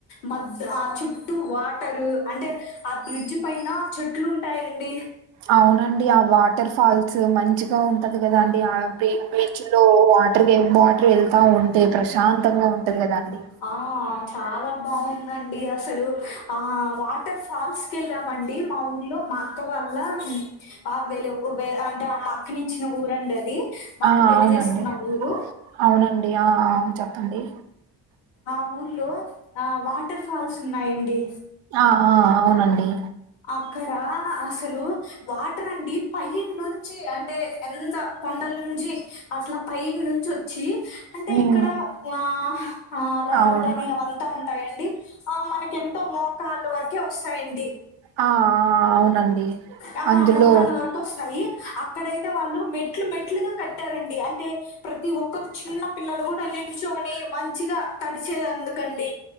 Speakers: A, on the left (about 85°); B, on the right (about 70°).
A: మద్ ఆ చుట్టూ వాటరు అంటే ఆ బ్రిడ్జ్ పైన చెట్లు ఉంటాయండి
B: అవునండి ఆ వాటర్ ఫాల్స్ మంచిగా ఉంటది కదా అండి ఆ <unintelligible> చులో వాటర్ వాటర్ వెళ్తా ఉంటే ప్రశాంతంగా ఉంటది కదండి
A: ఆ చాలా బాగుందండి అసలు ఆ వాటర్ ఫాల్స్ కి వెళ్ళామండి మా ఊర్లో మా అక్క వాళ్ల ఆ వెలు అంటే ఆ అక్కనిచ్చిన ఊరండి అది మా
B: ఆ
A: అక్క పెళ్లి
B: అవునండి
A: చేసుకున్న ఊరు
B: అవునండి ఆ ఆ చెప్పండి
A: ఆ ఊర్లో ఆ వాటర్ ఫాల్స్ ఉన్నాయండి
B: ఆ ఆ అవునండి
A: అక్కడ అసలు వాటర్ అండి పైనుంచి అంటే ఎంత కొండల నుంచి అట్లా పై నుంచి ఒచ్చి అంటే
B: ఉమ్
A: ఇక్కడ ఆ ఆ రాళ్ళని
B: అవును
A: అవంత ఉంటాయండి ఆ మనకెంతో మోకాళ్లు వరకే వస్తాయండి
B: ఆ ఆ అవునండి
A: ఆ
B: అందులో
A: మోకాలు వర్ వస్తాయి అక్కడైతే వాళ్ళు మెట్లు మెట్లుగా కట్టారండి అంటే ప్రతి ఒక్కరు చిన్న పిల్లలు కూడ నిల్చోని మంచిగా తడిచేది అందుకండి